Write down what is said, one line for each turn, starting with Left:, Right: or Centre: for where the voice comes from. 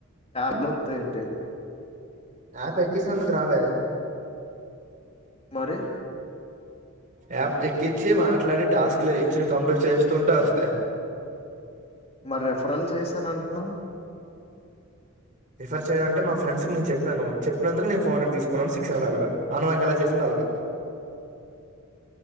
Left: బ్ల ఇట
Right: యాప్ ఎక్కించి నందుకు రావే
Left: మరి
Right: యాప్ ఎక్కించి మాట్లాడి టాస్క్లు ఇచ్చిన కంప్లీట్ చేస్తుూంటే వస్తాయి
Left: మరి రెఫరల్ చేసానంటన్నావ్
Right: రిఫర్ చేయడం అంటే మా ఫ్రెండ్స్ కి నేను చెప్పాను చెప్పినందుకు నేను ఫోర్ హండ్రెడ్ తీసుకున్నాను సిక్స్ హండ్రెడ్ అలాగా ఆమె నాకు ఎలా చేసింది అలాగా